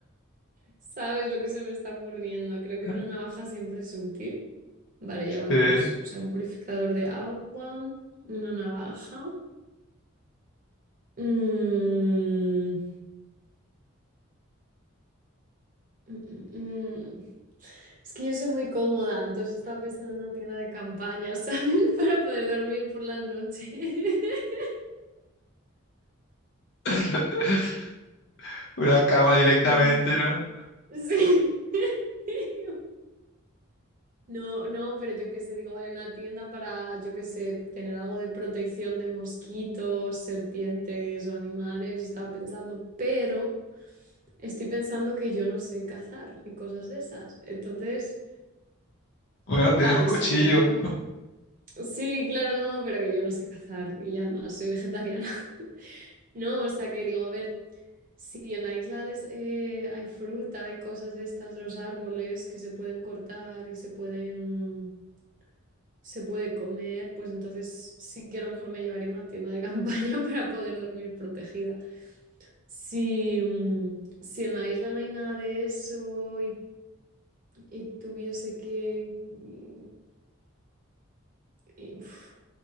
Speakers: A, on the right; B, on the left.
A: ¿Sabes lo que se me está ocurriendo? Creo que
B: <laughs>
A: una navaja siempre es útil. Vale, ya van
B: Sí.
A: dos. O sea, un purificador de agua, una navaja. Mm, mm, mm, mm. Es que yo soy muy cómoda, entonces estaba pensando en una tienda de campaña, ¿sabes? <laughs> Para poder dormir por la noche. <laughs>
B: <laughs> Una cama directamente,
A: Mm,
B: ¿no?
A: Sí. <laughs> No, no, pero yo qué sé, digo, vale, una tienda para, yo qué sé, tener algo de protección de mosquitos, serpientes o animales, estaba pensando, pero estoy pensando que yo no sé cazar ni cosas de esas. Entonces,
B: Bueno,
A: vale,
B: tienes un cuchillo.
A: suponiendo, sí, claro, no, pero que yo no sé cazar y además soy vegetariana. <laughs> No, o sea que digo, a ver, si en la isla des- eh, hay fruta, hay cosas de estas, los árboles que se pueden cortar y se pueden se puede comer, pues entonces sí que a lo mejor me llevaría a una tienda de campaña <laughs> para poder dormir protegida. Si, mm, si en la isla no hay nada de eso y, y tuviese que... mm, y, uf,